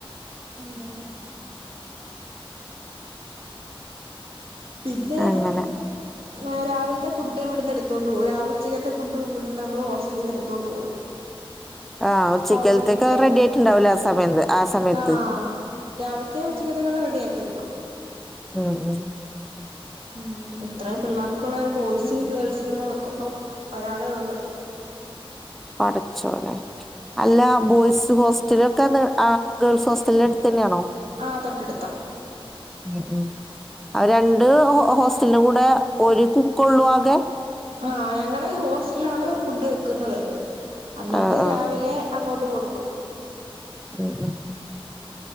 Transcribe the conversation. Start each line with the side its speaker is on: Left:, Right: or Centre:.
Right: <unintelligible> പിന്നെ
Centre: അങ്ങനെ
Right: ആഹ് രാവില്ത്തെ ഫുഡ്ഇവിടുന്ന് എടുത്തോണ്ട്പോകു ര ഉചെക്കെത്തെ ഫുഡ്ഇവിടുന്ന് ന്നമ്മൾഹോസ്റ്റലിന്ന് എട്ത്തോണ്ട്പോകും.
Centre: ആഹ് ഉച്ചക്കലത്തേക്ക്
Right: കോളേജിലേക്ക്
Centre: റെഡി ആയിട്ടുണ്ടാവൂലേ ആ സമയത്ത് ആ സമയത്ത്
Right: ആഹ് രാവിലത്തെ ഉച്ചയ്ത്തേക്കുള്ളെ റെഡിയാക്കിവെക്കും.
Centre: ആഹ്, ആഹ്
Right: ഉം ഇത്രേം പിള്ളേർക്കൂള്ളേ ബോയ്സും ഗേൾസിനോകൂടെ വെക്കുമ്പോഒരാളേഒള്ളു.
Centre: പടച്ചോനെ അല്ലബോയ്സ് ഹോസ്റ്റലൊക്കെന്ന് ആ ഗേൾസ്ഹോസ്റ്റലന്റെ അടുത്തെന്നേണോ?
Right: ആഹ് തൊട്ടടുത്താ
Centre: ഉം, ഉം അഹ് രണ്ട്ഹോസ്റ്റലിന്റെ കൂടെഒര് കുക്കൊള്ളുആകെ?
Right: ആ ഞങ്ങള് ഹോസ്റ്റലാണ് ഫുഡ് വെക്ക്ന്നത് അന്നട്ട്
Centre: ആഹ് ആഹ്
Right: രാവിലെ അങ്ങോട്ട് കൊട്ക്കും
Centre: ഉം ഉം